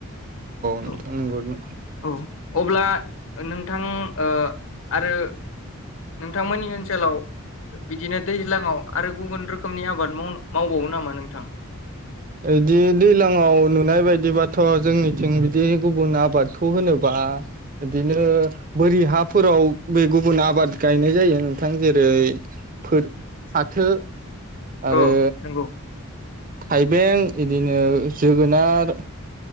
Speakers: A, on the left (about 65°); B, on the right (about 40°).
A: औ
B: नोंथां नंगौ नों
A: औ अब्ला नोंथां ओ आरो नोंथांमोननि ओनसोलाव बिदिनो दैज्लाङाव आरो गुबुन रोखोमनि आबाद माव मावबावो नामा नोंथां
B: बिदि दैलांआव नुनाय बायदिबाथ' थ' जोंनिथिं बिदि गुबुन आबादखौ होनोबा बिदिनो बोरि हाफोराव बे गुबुन आबाद गायनाय जायो नोंथां जेरै फाथो आरो
A: औ नंगौ
B: थाइबें बिदिनो जोगोनार